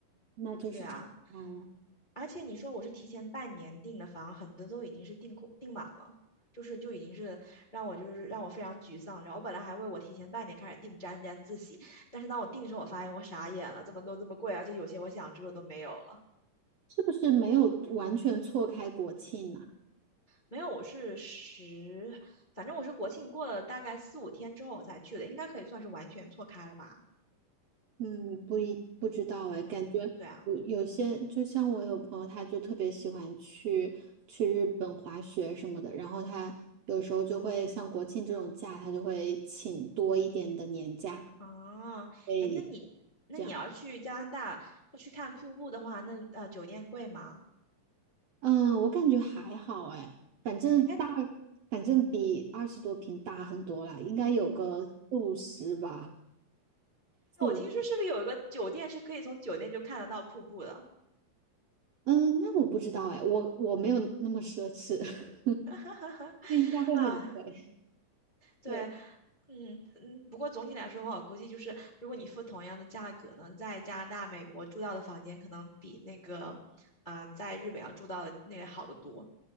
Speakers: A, on the right; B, on the left.
A: 那就是差大了，
B: 对啊，而且你说我是提前半年订的房，很多都已经是订空订满了，就是就已经是让我就是让我非常沮丧。然后我本来还为我提前半年开始订沾沾自喜，但是当我订的时候，我发现我傻眼了，这么多这么贵，而且有些我想住的都没有了。
A: 是不是没有完全错开国庆呢？
B: 没有，我是十，反正我是国庆过了大概四五天之后我才去的，应该可以算是完全错开了吧？
A: 嗯，不一不知道哎，感觉有有些就像我有朋友，
B: 嗯，对啊，
A: 他就特别喜欢去去日本滑雪什么的，然后他有时候就会像国庆这种假，他就会请多一点的年假，
B: 啊，
A: 会
B: 哎，那你那你要去加拿大或去看瀑布的话，
A: 这样。
B: 那呃酒店贵吗？
A: 嗯，我感觉还好哎，反正大，
B: 哎，
A: 反正比二十多平大很多啦，应该有个四五十吧，四五。
B: 哎我听说是不是有一个酒店是可以从酒店就看得到瀑布的？
A: 嗯，那我不知道哎，我我没有那么奢侈，<laughs>
B: <laughs>
A: 那应该会很贵。
B: 啊，对，
A: 对。
B: 嗯嗯，不过总体来说的话，我估计就是如果你付同样的价格呢，在加拿大、美国住到的房间可能比那个，嗯、在日本要住到的那个好得多。